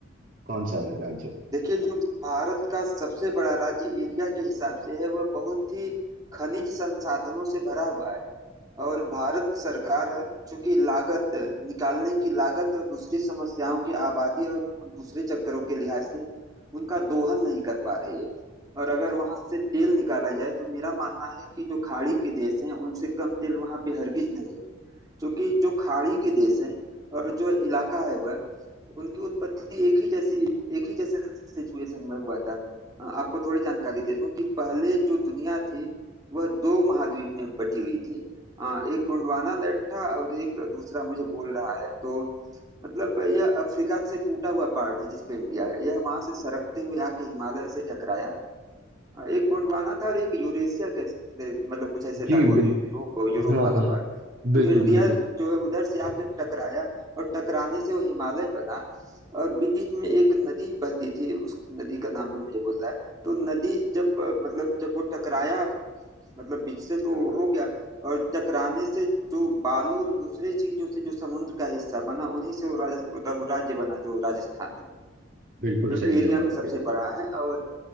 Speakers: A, on the right; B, on the right.
A: कौन सा है राज्य
B: देखिए जो भारत का सबसे बड़ा राज्य एरिया के हिसाब से है वह बहुत ही खनिज संसाधनों से भरा हुआ है और भारत सरकार चूंकि लागत निकालने की लागत और दूसरी समस्याओं की आबादी और दूसरे चक्करों के लिहाज से उनका दोहन नहीं कर पा रही है और अगर वहां से तेल निकाला जाए तो मेरा मानना है कि जो खाड़ी के देश हैं उनसे कम तेल वहां पे हरगिज नहीं है क्योंकि जो खाड़ी के देश हैं और जो इलाका है वह उनकी उत्पत्ति एक ही जैसी एक ही जैसे सिचुएशन में हुआ था अ, आपको थोड़ी जानकारी दे दूं कि पहले जो दुनिया थी वह दो महाद्वीप में बटी हुई थी अ, एक गोंडवाना लैंड था और एक दूसरा मुझे बोल रहा है तो मतलब यह अफ्रीका से टूटा हुआ पार्ट है जिसपे इंडिया है यह वहां से सरकते हुए आके हिमालय से टकराया अ, एक गोंडवाना था और एक यूरेशिया का मतलब कुछ ऐसे
A: जी
B: था वो
A: बिल्कुल
B: यूरोप यूरोप
A: हाँ
B: वाला
A: हाँ
B: पार्ट तो
A: बिल्कुल
B: इंडिया
A: बिल्कुल
B: जो है उधर से आके टकराया और टकराने से वो हिमालय बना और बीच में एक नदी बहती थी उस नदी का नाम भी मुझे बोल रहा है तो नदी जब अ, मतलब जब वो टकराया मतलब बीच से तो हो गया और टकराने से जो बालू और दूसरे चीजों से जो समुद्र का हिस्सा बना उन्हीं से वो राजस्थान मतलब वो राज्य बना जो राजस्थान है
A: बिल्कुल
B: जो कि
A: सही
B: एरिया
A: जवाब
B: में सबसे
A: दिया
B: बड़ा है और